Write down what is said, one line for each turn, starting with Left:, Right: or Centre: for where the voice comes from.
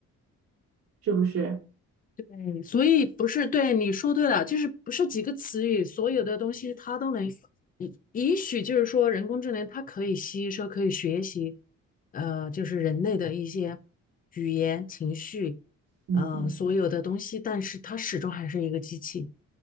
Right: 是不是？
Left: 对，所以不是，对，你说对了，就是不是几个词语，所有的东西它都能，也也许就是说人工智能它可以吸收，可以学习，呃，就是人类的一些语言、情绪，
Right: 嗯，
Left: 呃，所有的东西，但是它始终还是一个机器。